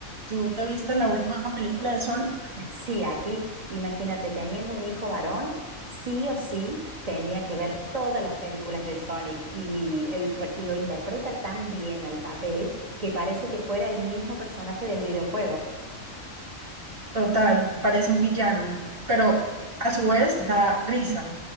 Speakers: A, on the right; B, on the right.
A: ¿Tú te viste la última película de Sonic?
B: Sí, aquí, imagínate, teniendo un hijo varón, sí o sí tenía que ver todas las películas de Sonic y él per- lo interpreta tan bien al papel que parece que fuera el mismo personaje del videojuego.
A: Total, parece un villano, pero a su vez da risa.